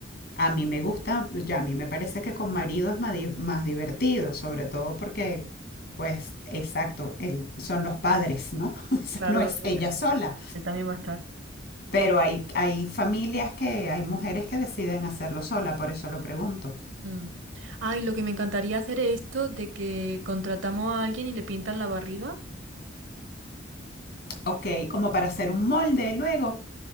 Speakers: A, on the left; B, on the right.
A: A mí me gusta, ya a mí me parece que con maridos es más, di- más divertido, sobre todo porque, pues, exacto, el- son los padres, ¿no? <laughs> O sea,
B: claro,
A: no es
B: porque
A: ella sola,
B: él también va a estar.
A: pero hay, hay familias que, hay mujeres que deciden hacerlo sola, por eso lo pregunto.
B: Mm. Ay, lo que me encantaría hacer es esto de que contratamos a alguien y le pintan la barriga.
A: Ok, como para hacer un molde luego.